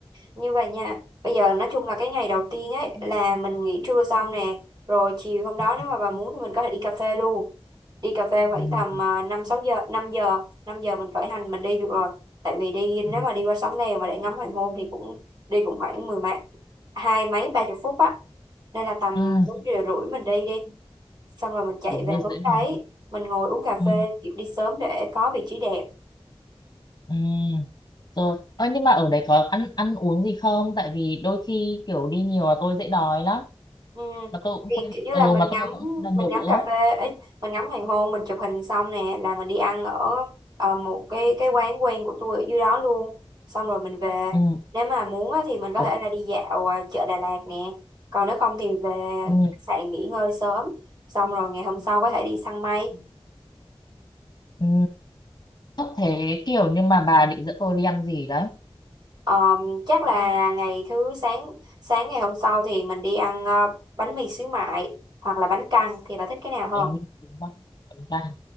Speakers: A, on the right; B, on the left.
A: như vậy nha bây giờ nói chung là cái ngày đầu tiên ấy là mình nghỉ trưa xong nè rồi chiều hôm đó
B: ừ,
A: nếu mà bà muốn thì mình có thể đi cà phê luôn đi cà phê khoảng
B: ừ,
A: tầm ờ, 5 6 giờ năm giờ 5 giờ mình khởi hành mình đi được rồi tại vì đi nếu
B: ừ.
A: mà đi qua sóng Lèo mà để ngắm hoàng hôn thì cũng đi cũng khoảng mười mấy hai mấy ba chục phút á nên là tầm
B: ừ.
A: bốn giờ rưỡi mình đi đi xong rồi mình chạy
B: bốn
A: về
B: giờ rưỡi
A: hướng
B: mình
A: đấy
B: đi
A: mình ngồi uống cà
B: ừ.
A: phê kiểu đi sớm để có vị trí đẹp
B: Ừ. Rồi, ơ nhưng mà ở đấy có ăn ăn uống gì không? Tại vì đôi khi kiểu đi nhiều là tôi dễ đói lắm.
A: Ừ.
B: Mà tôi cũng
A: Thì
B: quên,
A: kiểu như
B: ừ
A: là mình
B: mà
A: ngắm
B: tôi cũng quên ăn
A: mình
B: nhiều
A: ngắm
B: bữa.
A: cà phê ấy, mình ngắm hoàng hôn mình chụp hình xong nè là mình đi ăn ở ờ, một cái cái quán quen của tôi ở dưới đó luôn xong rồi mình về
B: Ừ.
A: nếu mà muốn á, thì mình có
B: Ủa,
A: thể là đi dạo ờ, chợ Đà Lạt nè còn nếu không thì về
B: ừ.
A: khách sạn nghỉ ngơi sớm xong rồi ngày hôm sau có thể đi săn mây
B: Ừ. Tốt thế kiểu nhưng mà bà định dẫn tôi đi ăn gì đấy?
A: Ờ, chắc là ngày thứ sáng sáng ngày hôm sau thì mình đi ăn ờ, bánh mì xíu mại hoặc là bánh căn thì bà thích cái nào hơn
B: Bánh mì xíu mại, bánh canh.